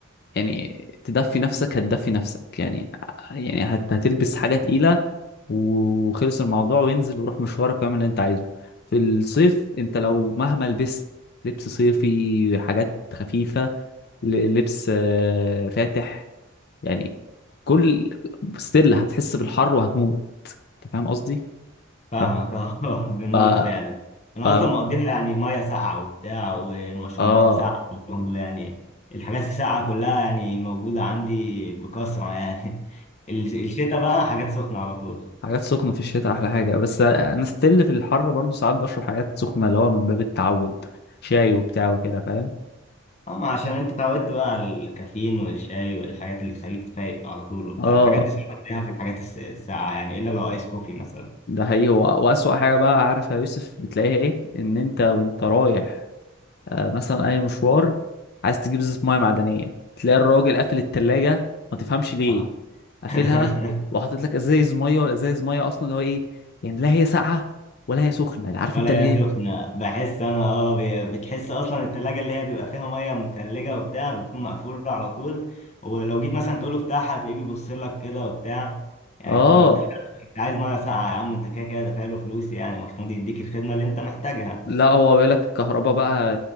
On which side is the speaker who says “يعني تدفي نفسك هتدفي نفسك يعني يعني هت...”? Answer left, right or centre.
Left